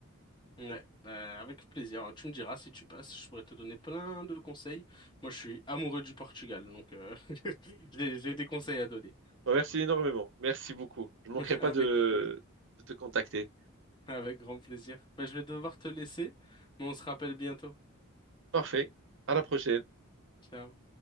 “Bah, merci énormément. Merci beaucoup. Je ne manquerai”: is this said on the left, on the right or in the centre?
Right